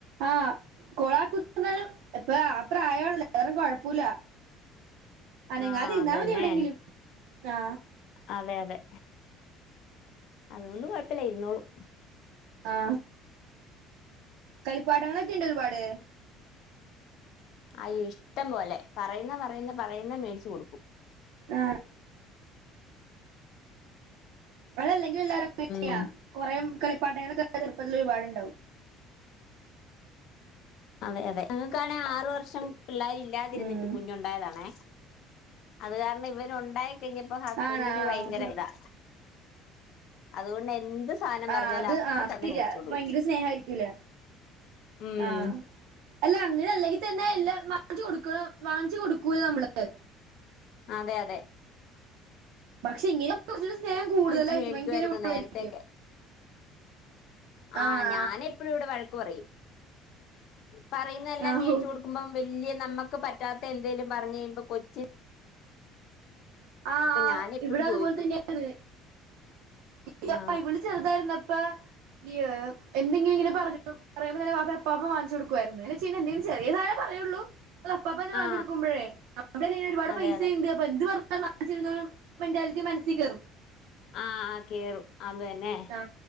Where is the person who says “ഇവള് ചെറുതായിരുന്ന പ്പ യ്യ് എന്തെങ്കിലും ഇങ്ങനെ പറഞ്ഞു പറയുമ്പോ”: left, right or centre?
Right